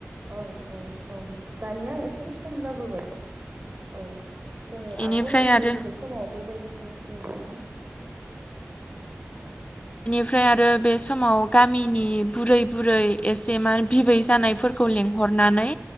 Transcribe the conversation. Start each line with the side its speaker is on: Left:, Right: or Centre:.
Right: औ औ औ दानिया एसे एसे खम जाबोबाय औ जोंङो
Left: बेनिफ्राय
Right: आगोल उन्दै
Left: आरो
Right: उन्दै समाव बेबायदि खौ नुदोंमोन।
Left: ओमफ्राय आरो बे समाव गामिनि बुरै बुरै एसे मा बिबै
Right: औ
Left: जानायफोरखौ लें हरनानै